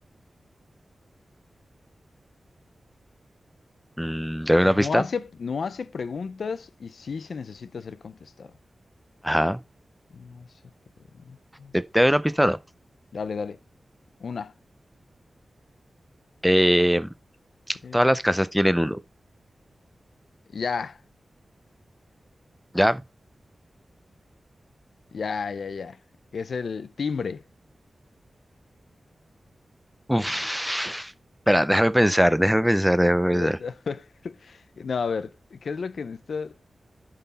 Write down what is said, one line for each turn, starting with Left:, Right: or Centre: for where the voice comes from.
Centre: Mm, ¿te doy
Left: No
Centre: una pista?
Left: hace, no hace preguntas y sí se necesita ser contestado.
Centre: Ajá.
Left: No hace preguntas.
Centre: ¿Te, te doy una pista o no?
Left: Dale, dale. Una.
Centre: Eh,
Left: Ok.
Centre: Todas las casas tienen uno,
Left: Ya,
Centre: ¿ya?
Left: ya, ya, ya. Es el timbre.
Centre: Uf. Espera, déjame pensar, déjame pensar,
Left: <laughs>
Centre: déjame
Left: Espérate,
Centre: pensar.
Left: a ver. <laughs> No, a ver, ¿qué es lo que necesita?